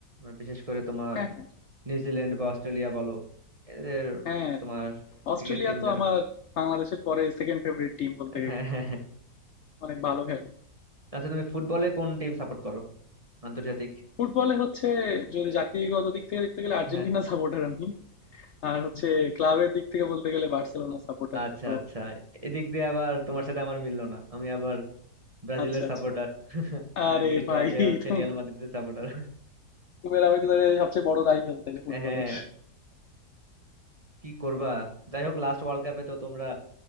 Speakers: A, on the right (about 25°); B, on the left (about 65°).
A: আর বিশেষ করে তোমার
B: হ্যাঁ হ্যাঁ
A: নিউজিল্যান্ড বা অস্ট্রেলিয়া বলো এদের
B: হ্যাঁ
A: তোমার
B: অস্ট্রেলিয়া
A: ক্রিকেট টিম
B: তো
A: যারা
B: আমার বাংলাদেশের পরে সেকেন্ড ফেভারিট টিম বলতে গেলে
A: হ্যাঁ হ্যাঁ হ্যাঁ।
B: অনেক ভালো খেলে
A: আচ্ছা তুমি ফুটবলে কোন টিম সাপোর্ট করো আন্তর্জাতিক
B: ফুটবলে হচ্ছে যদি জাতিগত দিক থেকে দেখতে গেলে আর্জেন্টিনা
A: হ্যাঁ
B: সাপোর্টার আমি আর হচ্ছে ক্লাবের দিক থেকে বলতে গেলে বার্সেলোনা সাপোর্টার
A: আচ্ছা
B: তো
A: আচ্ছা এদিক দিয়ে আবার তোমার সাথে আমার মিললো না আমি আবার ব্রাজিলের
B: আচ্ছা আচ্ছা
A: সাপোর্টার আর
B: আরে
A: এদিকে
B: ভাই
A: ক্লাবে হচ্ছে
B: তুমি
A: রিয়াল মাদ্রিদের সাপোর্টার
B: তুমি আর আমি তো তাহলে সবচেয়ে বড় রাইভেল তাহলে ফুটবলের
A: হ্যাঁ কি করবা যাই হোক লাস্ট ওয়ার্ল্ড কাপে তো তোমরা